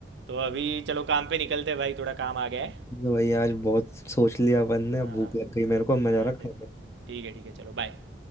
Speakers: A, on the right; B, on the left.
A: तो अभी चलो काम पे निकलते हैं भाई थोड़ा काम आ गया है
B: तो भाई आज बहुत सोच लिया अपन ने
A: हाँ
B: भूख
A: हाँ
B: लग गई मेरे को अब मैं
A: हाँ
B: जा रहा
A: ठीक
B: खाने
A: ठीक है ठीक है चलो बाय